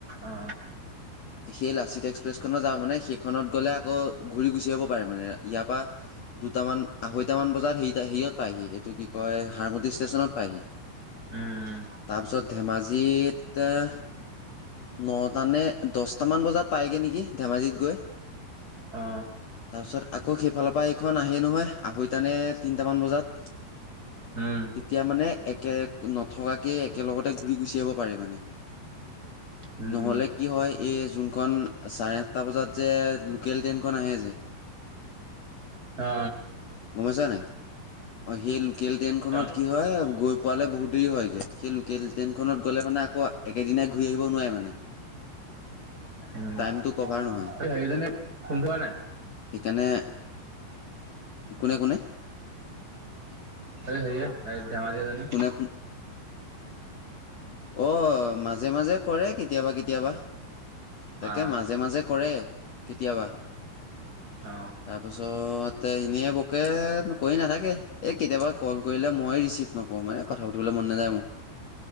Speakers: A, on the right; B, on the left.
A: অ
B: সেই লাচিত এক্সপ্ৰেছখনত যাব মানে, সেইখনত গ'লে আকৌ ঘূৰি গুচি আহিব পাৰে মানে, ইয়াৰ পা দুটামান আঢ়ৈটামান বজাত সেই হেৰিত-হেৰিয়ত পায়হি এইটো কি কয়, হাৰমতি ষ্টেচনত পায়হি।
A: উম উম
B: তাৰপিছত ধেমাজিত তাৰ, নটা নে দছটামান বজাত পায়গে নেকি ধেমাজিত গৈ,
A: অ
B: তাৰপিছত‌ আক আকৌ সেইফালৰ পৰা এইখন আহেই নহয়, আহৈটা নে তিনিটামান বজাত।
A: উম
B: তেতিয়া মানে এক কে, নথকাকেই একেলগতে ঘূৰি গুচি আহিব পাৰে মানে।
A: উম
B: নহ'লে
A: উম
B: কি হয়, এই যোন <unintelligible> চাৰে আঠটা বজাত যে লোকেল ট্ৰেইনখন আহে যে
A: অ
B: গম পাইছা নে নাই? অ', সেই লোক লোকেল ট্ৰেইনখনত
A: অ
B: কি হয়, গৈ পোৱালে বহুত দেৰি হয়গে সেই লোকেল ট্ৰেইনখনত গ'লে মানে আকৌ একেদিনাই ঘূৰি আহিব নোৱাৰে মানে।
A: উম,
B: টাইমটো
A: এই
B: কভাৰ নহয়
A: হেৰি <unintelligible> ফোন কৰা নাই?
B: সেইকাৰণে কোনে, কোনে?
A: <unintelligible> ধেমাজি জনী
B: কোনে ফোন অ', মাজে, মাজে কৰে কেতিয়াবা, কেতিয়াবা তাকে
A: আহ
B: মাজে, মাজে কৰে, কেতিয়াবা
A: অ
B: তাৰপাছত তাই <unintelligible> কৰি নাথাকে, এই কেতিয়াবা ক'ল কৰিলে মই ৰিচিভ নকৰোঁ মানে কথা পাতিবলৈ মন নাযায় মোৰ।